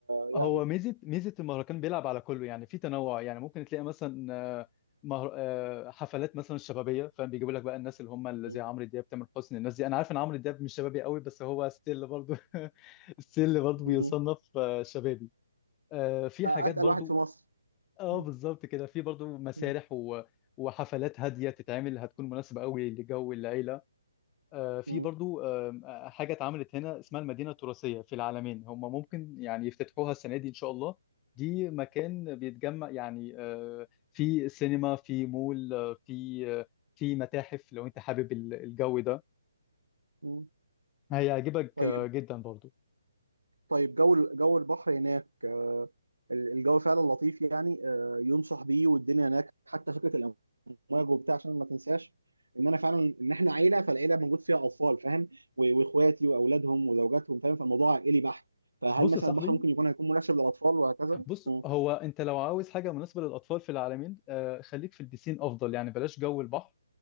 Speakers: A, on the right; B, on the left.
A: يعني
B: هو ميزه ميزه المهرجان بيلعب على كله يعني في تنوع يعني ممكن تلاقي مثلا آه، مهر... آه، حفلات مثلا شبابيه فاهم بيجيبوا لك بقى الناس اللي هم اللي
A: مم.
B: زي عمرو دياب تامر حسني الناس دي انا عارف ان عمرو دياب مش شبابي قوي بس هو ستيل برضو <laughs> ستيل برضو بيصنف
A: مم.
B: آه، شبابي آه، في حاجات
A: اتقل
B: برضو
A: واحد في مصر
B: اه
A: مم.
B: بالظبط كده في برضو مسارح
A: مم.
B: و... وحفلات هاديه تتعمل هتكون مناسبه قوي لجو العيله آه، في
A: مم.
B: برضو آم، آه، حاجة اتعملت هنا اسمها المدينة التراثية في العالمين هم ممكن يعني يفتتحوها السنة دي إن شاء الله دي مكان بيتجمع يعني آه، في سينما في مول آه، في آه، في متاحف لو أنت حابب ال- الجو ده
A: مم.
B: هيعجبك
A: طيب
B: آه، جدا برضو
A: طيب جو جو البحر هناك آه، الجو فعلا لطيف يعني آه، ينصح بيه والدنيا هناك حتى فكره واجب وبتاع عشان ما تنساش ان انا فعلا ان احنا عيله فالعيله موجود فيها اطفال فاهم و- واخواتي واولادهم وزوجاتهم فاهم فالموضوع عائلي بحت فهل
B: بص
A: مثلا
B: يا صاحبي
A: البحر ممكن يكون هيكون مناسب للاطفال وهكذا
B: بص
A: مم.
B: هو أنت لو عاوز حاجة مناسبة للأطفال في العالمين آه، خليك في البسين أفضل يعني بلاش جو البحر